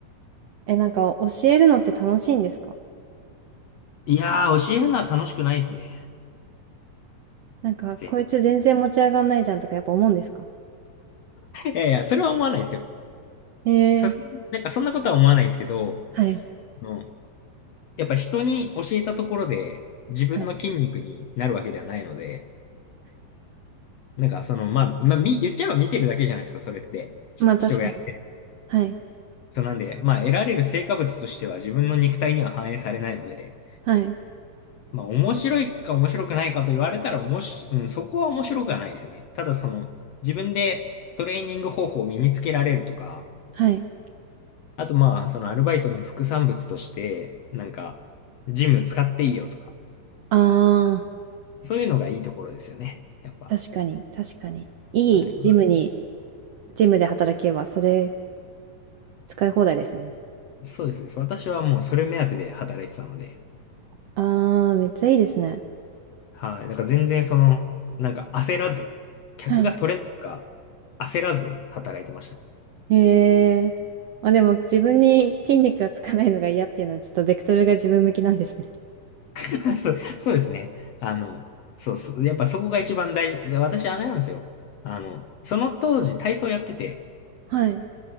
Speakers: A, on the right; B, on the left.
A: え、なんか、教えるのって楽しいんですか
B: いやー、教えるのは楽しくないですね。
A: なんか、
B: 全
A: こいつ全然持ち上がんないじゃんとかやっぱ思うんですか
B: 然いやいや、それは思わないですよ。
A: へえ。
B: さす、なんかそんなことは思わないですけど、
A: はい。
B: あのやっぱ人に教えたところで自分の筋肉になるわけではないので、
A: はい。
B: なんかその、まあ、まあ、み言っちゃえば見てるだけじゃないですか、それって。ひ人がやってる。
A: まあ確かに。はい。
B: そうなんで、まあ、得られる成果物としては自分の肉体には反映されないので、
A: はい。
B: まあ、面白いか面白くないかと言われたら、おもし、うん、そこは面白くはないですね。ただ、その、自分でトレーニング方法を身につけられるとか、
A: はい。
B: あと、まあ、そのアルバイトの副産物として、なんか、ジム使っていいよとか、
A: ああ。
B: そういうのがいいところですよね。やっぱ。
A: 確かに、確かに。いいジムに、
B: はい
A: ジムで働けば、それ使い放題ですもんね。
B: そうです。私はもうそれ目当てで働いてたので、
A: あー、めっちゃいいですね。
B: はい。だから全然その、なんか焦らず、客が取れないとか、
A: はい。
B: 焦らず働いてましたね。
A: へえ。あ、でも自分に筋肉がつかないのが嫌っていうのは、ちょっとベクトルが自分向きなんですね。
B: <laughs> そう、そうですね。あの、そう、そうやっぱそこが一番大事。いや、私あれなんですよ。あの、その当時体操やってて、
A: はい。